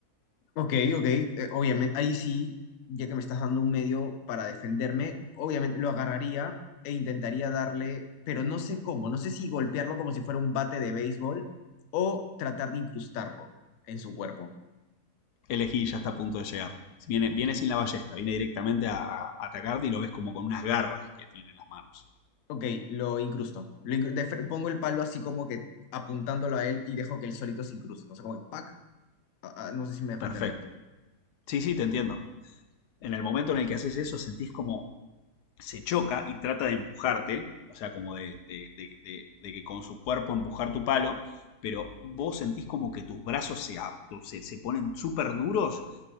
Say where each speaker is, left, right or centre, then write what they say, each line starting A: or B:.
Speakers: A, on the left (about 65°); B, on the left (about 80°).
A: ok, ok, eh, obviamente, ahí sí, ya que me estás dando un medio para defenderme, obviamente lo agarraría e intentaría darle, pero no sé cómo, no sé si golpearlo como si fuera un bate de béisbol o tratar de incrustarlo en su cuerpo.
B: Elegí, ya está a punto de llegar. Viene, viene sin la ballesta, viene directamente a, a atacarte y lo ves como con unas garras que tiene en las manos.
A: Ok, lo incrusto. Lo incru- de fre- pongo el palo así como que apuntándolo a él y dejo que él solito se incruste. No sé cómo, ¡pac! Ah, ah, no sé si me dejo
B: Perfecto.
A: entender.
B: Sí, sí, te entiendo. En el momento en el que haces eso, sentís como se choca y trata de empujarte, o sea, como de, de- de- de- de que con su cuerpo empujar tu palo, pero vos sentís como que tus brazos se, auto- se, se ponen súper duros